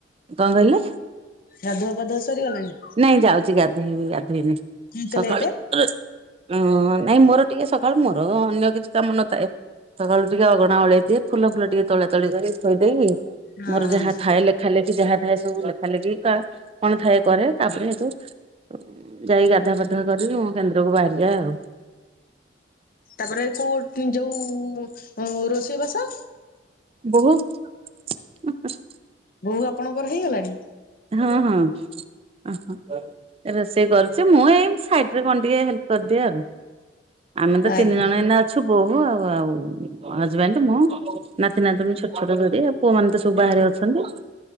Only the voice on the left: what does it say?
ଗାଧୁଆ ପାଧୁଆ ସରିଗଲାଣି?
କଣ ଏତେ
ଲେଟେ?
ହଁ
ତାପରେ କୋଉ ଯୋଉ ଅଁ-ରୋଷେଇବାସ?
ବୋଉ ଆପଣଙ୍କର ହେଇଗଲାଣି?
ଆଜ୍ଞା